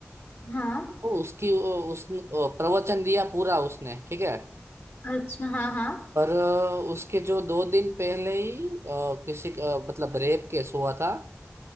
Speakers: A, on the left; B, on the right.
A: हाँ
B: तो उसकी उसने अ, प्रवचन दिया पूरा उसने ठीक है
A: अच्छा हाँ हाँ
B: पर अ, उसके जो दो दिन पहले ही अ, किसी का मतलब रेप केस हुआ था